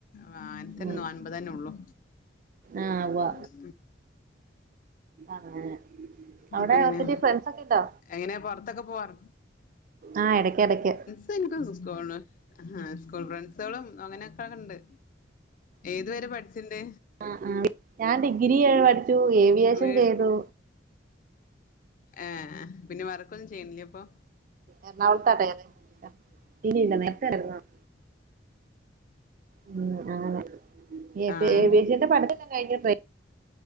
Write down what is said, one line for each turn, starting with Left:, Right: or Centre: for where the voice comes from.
Left: അങ്ങനത്തന്നെ
Right: ഉം
Left: അൻപത് തന്നെ ഉള്ളു.
Right: ആഹ് വാ
Left: ഉം
Right: അങ്ങനെ അവിടെ
Left: പിന്നെ
Right: ഒത്തിരി ഫ്രണ്ട്സ് ഒക്കെ ഉണ്ടോ
Left: എങ്ങനെ പുറത്തൊക്കെ പോവാറ
Right: ആഹ് ഇടയ്ക്ക് ഇടയ്ക്ക്.
Left: ഇപ്പോ ഇന്ക്ക് സ്കൂള്ന്ന് സ്കൂൾ ഫ്രണ്ട്സളും അങ്ങനെ. ഇണ്ട് ഏതുവരെ പഠിച്ചിണ്ട്?
Right: ആഹ് ആഹ് ഞാൻ ഡിഗ്രി വരെ പഠിച്ചു ഏവിയേഷൻ
Left: വീ
Right: ചെയ്തു.
Left: ഏഹ് പിന്നെ വറ്ക്കൊന്നും ചെയ്യണില്ലേ ഇപ്പൊ?
Right: എറണാക്കുള്ളതാണ് <unintelligible> ഉം അങ്ങനെ A
Left: ah
Right: B A B A സ്ന്റെ പഠനൊക്കെ കഴിഞ്ഞ് ടെ